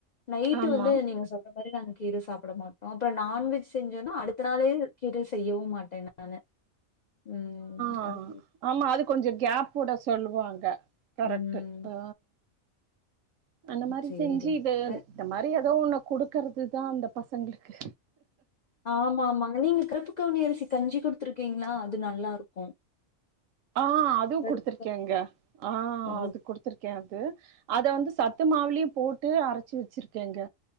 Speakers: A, on the left; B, on the right.
A: நைட்டு
B: ஆமா
A: வந்து நீங்க சொல்ற மாரி நாங்க கீர சாப்டமாட்டோ பர் நான்வெஜ் செஞ்சோன்னா அடுத்த நாளே கீர செய்யவு மாட்டே நா நானு ம்
B: ஆ
A: அது
B: ஆமா அது கொஞ்சோ கேப் உட சொல்லுவாங்க கரெக்ட்டு
A: ம்
B: ஆ அந்த மாரி
A: சேரிங்க
B: செஞ்சி இது இந்த மாரி <unintelligible> ஏதே ஒன்ன குடுக்கறது தா அந்த பசங்களுக்கு
A: ஆமா ஆமாங்க நீங்க கர்ப்பு கவுனி அரிசி கஞ்சி குடுத்துருக்கீங்களா அது நல்லா இருக்கு
B: ஆ அதுவு
A: கருப்பு
B: குடுத்துருக்கேங்க
A: கவுனி
B: ஆ
A: ஓ
B: அது குடுத்துருக்கே அது அத வந்து சத்து மாவுளையு போட்டு அரச்சு வெச்சிருக்கேங்க